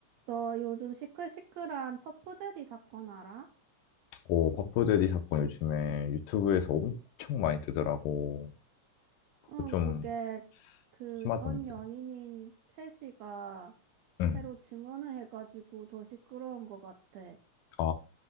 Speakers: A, on the right; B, on the left.
A: 너 요즘 시끌시끌한 퍼프데디 사건 알아?
B: 어, 버프데디 사건 요즘에 유튜브에서 엄청 많이 뜨더라고. 그거
A: 응,
B: 좀
A: 그게 그
B: 심하던데.
A: 전 연인인 캐시가
B: 응.
A: 새로 증언을 해가지고 더 시끄러운 것 같아.
B: 아,